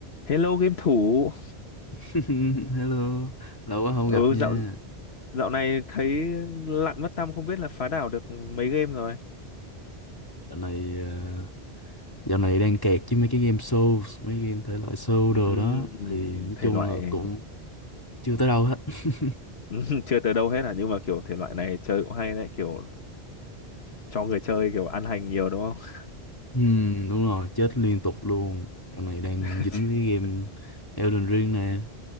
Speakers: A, on the left (about 70°); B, on the left (about 20°).
A: Hello game thủ.
B: <laughs> Hello, lâu quá không
A: Ừ
B: gặp nha.
A: dạo dạo này thấy lặn mất tăm không biết là phá đảo được mấy game rồi.
B: Dạo này ờ, dạo này đang kẹt với mấy cái game show, mấy game thể loại show
A: Ừm,
B: đồ đó thì nói
A: thể
B: chung
A: loại
B: là cũng chưa tới đâu hết. <laughs>
A: <laughs> chưa tới đâu hết à nhưng mà kiểu thể loại này chơi cũng hay đấy, kiểu cho người chơi kiểu ăn hành nhiều đúng không?
B: Ừm, đúng rồi, chết liên tục luôn. Dạo này đang
A: <laughs>
B: dính với game Elden Ring nè.